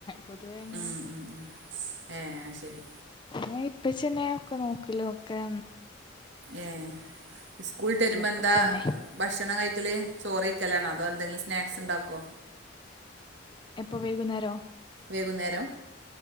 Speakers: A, on the left; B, on the right.
A: പൊതുവേ എങ്ങനെ
B: ഉം ഉം ഏ ശരി
A: അ ഇപ്പച്ചിയെന്നെ ഒക്കെ നോക്കലോക്കെ
B: ഏ സ്കൂൾട്ട് വരുമ്പോന്താ
A: ഒക്കെ ഇപ്പന്നെ
B: ഭക്ഷണം കഴിക്കല് ചോറയ്ക്കലാണോ അതോ എന്തെങ്കിലും സ് സ്നാക്സ്ണ്ടാക്കോ
A: എപ്പൊ വൈകുന്നേരോ
B: വൈകുന്നേരം